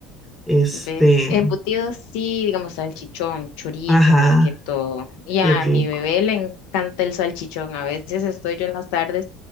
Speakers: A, in the centre; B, on the left (about 75°).
A: Este,
B: ¿Ves? Embutidos sí, digamos salchichón, chorizo
A: ajá,
B: más que todo. Y
A: qué
B: a
A: rico.
B: mi bebé le encanta el salchichón. A veces estoy yo en las tardes